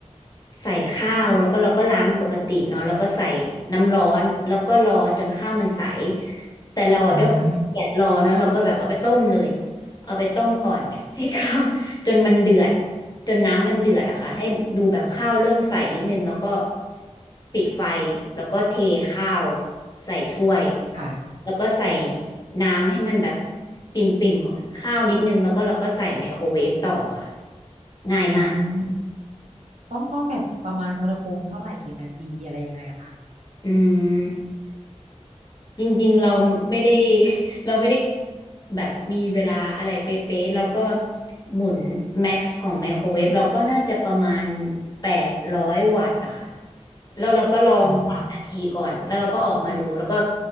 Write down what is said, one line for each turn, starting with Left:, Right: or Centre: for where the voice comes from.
Left: ใส่ข้าวแล้วก็เราก็ล้างปกติเนาะแล้วก็ใส่น้ำร้อนแล้วก็รอจนข้าวมันใสแต่เราอะด้วยความขี้เกลียดรอเนาะเราก็แบบเอาไปต้มเลย
Right: อืม
Left: เอาไปต้มก่อนให้ข้าว <laughs> จนมันเดือดจนน้ำมันเดือดอะค่ะให้ดูแบบข้าวเริ่มใสนิดนึงแล้วก็ปิดไฟแล้วก็เทข้าวใส่ถ้วย
Right: ค่ะ
Left: แล้วก็ใส่ น้ำให้มันแบบปิ่มปิ่มข้าวนิดนึงแล้วก็เราก็ใส่ไมโครเวฟต่อค่ะง่ายมาก
Right: อืมต้องต้องแบบประมาณอุณหภูมิเท่าไหร่กี่นาทีอะไรยังไงอะคะ
Left: อืม จริงๆเราไม่ได้ <laughs> เราไม่ได้แบบมีเวลาอะไรเป๊ะๆแล้วก็หมุนแม็กซ์ของไมโครเวฟเราก็น่าจะประมาณแปดร้อยวัตต์อะค่ะแล้วเราก็ลองสามนาทีก่อนแล้วเราก็ออกมาดูแล้วก็
Right: อืม